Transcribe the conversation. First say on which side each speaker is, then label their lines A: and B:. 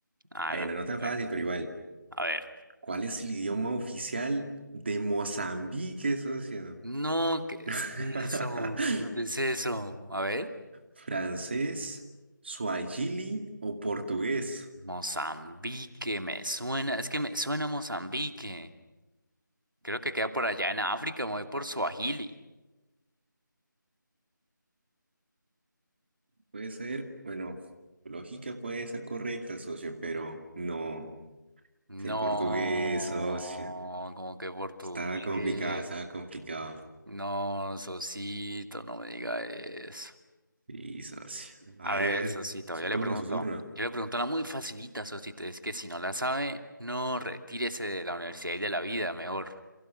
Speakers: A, on the right (about 80°); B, on the right (about 30°).
A: hágale,
B: Bueno, no tan
A: hágale.
B: fácil, pero igual.
A: A ver.
B: ¿Cuál es el idioma oficial de Mozambique, socio?
A: No, ¿qué
B: <laughs>
A: es eso? ¿Qué no es eso? A ver.
B: ¿Francés, suajili o portugués?
A: Mozambique, me suena. Es que me suena Mozambique. Creo que queda por allá en África, me voy por Swahili.
B: Puede ser, bueno, tu lógica puede ser correcta, socio, pero no.
A: No,
B: Es el portugués, socio.
A: como que portugués.
B: Estaba complicado, estaba complicado.
A: No, Sosito, no me diga eso.
B: Sí, socio. A
A: A ver,
B: ver, a
A: Sosito,
B: ver. Su
A: yo
B: turno,
A: le pregunto.
B: su turno.
A: Yo le pregunto una muy facilita, Sosito. Es que si no la sabe, no retírese de la universidad y de la vida, mejor.